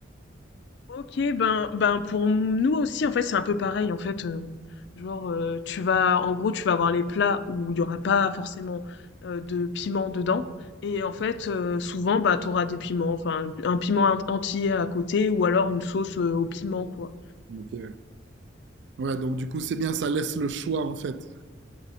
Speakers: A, on the left (about 60°); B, on the right (about 60°).
A: OK, ben ben pour nous aussi en fait, c'est un peu pareil en fait, heu, genre, heu, tu vas en gros, tu vas avoir les plats où il y aura pas forcément, heu, de piment dedans et en fait, heu, souvent, bah, t'auras des piments, enfin un piment en entier à côté ou alors une sauce, heu, au piment quoi.
B: Donc, euh, ouais, donc du coup, c'est bien, ça laisse le choix en fait.